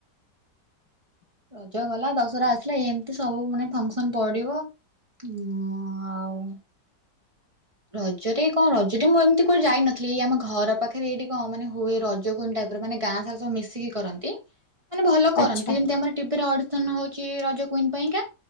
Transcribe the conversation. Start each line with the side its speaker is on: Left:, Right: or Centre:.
Right: ରଜ ଗଲା ଦଶରା ଆସିଲା ଏମିତି ସବୁ ମାନେ ଫଙ୍କସନ ପଡିବ। ମଁ ଆଉ
Left: <inaudible>
Right: ରଜରେ କଣ ରଜରେ ମୁଁ ଏମିତି କୁଆଡେ ଯାଇନଥିଲି ଏଇ ଆମ ଘର ପାଖରେ ଏଇଠି କଣ ମାନେ ହୁଏ ରଜ କୁଇନ ଟାଇପ ଏରା ମାନେ ଗାଁ ସାରା ସବୁ ମିଶିକି କରନ୍ତି।
Left: <inaudible>
Right: ମାନେ ଭଲ କରନ୍ତି
Left: ଆଚ୍ଛା
Right: ଯେମତି ଆମର ଟିଭିରେ ଅଡିସନ ହଉଚି ରଜ କୁଇନ ପାଇଁକା।